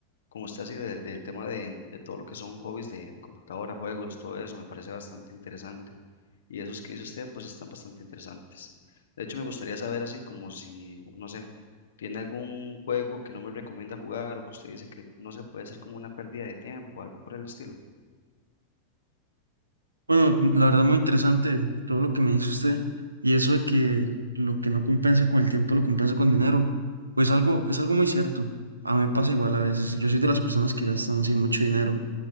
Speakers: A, on the left; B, on the right.
A: con usted así de- del tema de, de todo lo que son hobbies de, de computadora, juegos, todo eso, me parece bastante interesante. Y esos que dice usted, pues están bastante interesantes. De hecho, me gustaría saber así como si, no sé, tiene algún juego que no me recomienda jugar o que usted dice que no se puede hacer como una pérdida de tiempo, algo por el estilo.
B: Bueno, la verdad muy interesante todo lo que me dice usted y eso de que lo que no compensa con el tiempo lo compensa con dinero, pues algo es algo muy cierto. A mí me pasa igual a veces. Yo soy de las personas que gastan así mucho dinero.